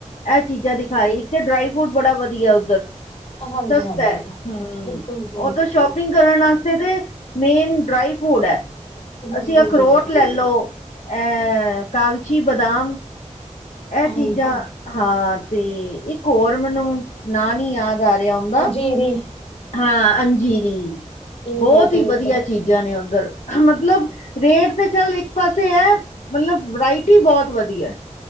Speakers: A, on the left; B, on the left.
A: ਇਹ ਚੀਜ਼ਾਂ ਦਿਖਾਈ, ਇੱਕ ਤੇ ਡਰਾਈ ਫਰੂਟ ਬੜਾ ਵਧੀਆ ਉੱਧਰ।
B: ਹਾਂਜੀ
A: ਸਸਤਾ
B: ਹਾਂਜੀ
A: ਹੈ, ਹੂੰ
B: ਬਿਲਕੁਲ ਜੀ
A: ਉਧਰ ਸ਼ੋਪ। ਸ਼ਪਿੰਗ ਕਰਨ ਆਸਤੇ ਤੇ, ਮੇਨ ਡਰਾਈ ਫੂਟ ਐ ਅਸੀਂ
B: ਬਿਲਕੁਲ
A: ਅਖਰੋਟ
B: ਜੀ
A: ਲੈ ਲੋ। ਐਹ ਕਾਗਚੀ ਬਾਦਾਮ। ਇਹ
B: ਹਾਂਜੀ
A: ਚੀਜ਼ਾਂ, ਹਾਂ, ਤੇ ਇੱਕ ਹੋਰ ਮੈਨੂੰ, ਨਾਂ ਨੀ ਯਾਦ ਆ ਰਿਹਾ। ਉਹਦਾ
B: ਅੰਜੀਰੀ ਵੀ।
A: ਹਾਂ, ਅੰਜੀਰੀ
B: ਇਹ
A: ਬੋਤ
B: ਬਹੁਤ
A: ਈ
B: ਹੈ
A: ਵਧੀਆ
B: ਉੱਧਰ
A: ਚੀਜ਼। ਜਾ ਨੇ ਓਧਰ ਮਤਲਬ ਰੇਟ ਤੇ ਚੱਲ ਇੱਕ ਪਾਸੇ ਹੈ ਮਤਲਬ ਵਰਾਇਟੀ ਬੋਤ ਵਧੀਆ